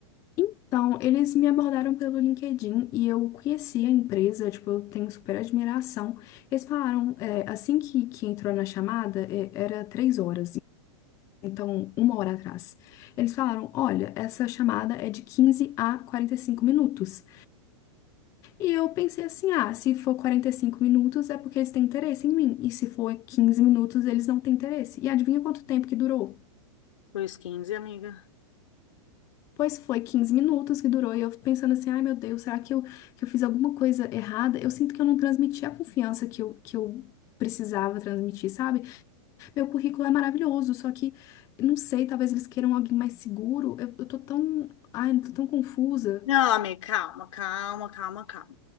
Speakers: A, on the left; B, on the left.
A: Então, eles me abordaram pelo LinkedIn e eu conheci a empresa, tipo, eu tenho super admiração. Eles falaram, é, assim que, que entrou na chamada, é, era três horas, então uma hora atrás. Eles falaram, olha, essa chamada é de 15 a 45 minutos. E eu pensei assim, ah, se for 45 minutos é porque eles têm interesse em mim, e se for 15 minutos eles não têm interesse. E adivinha quanto tempo que durou?
B: Foi os 15, amiga.
A: Pois foi 15 minutos que durou e eu pensando assim, ai meu Deus, será que eu, que eu fiz alguma coisa errada? Eu sinto que eu não transmiti a confiança que eu, que eu precisava transmitir, sabe? Meu currículo é maravilhoso, só que não sei, talvez eles queiram alguém mais seguro. Eu, eu tô tão, ai, eu tô tão confusa.
B: Não, amiga, calma, calma, calma, calma.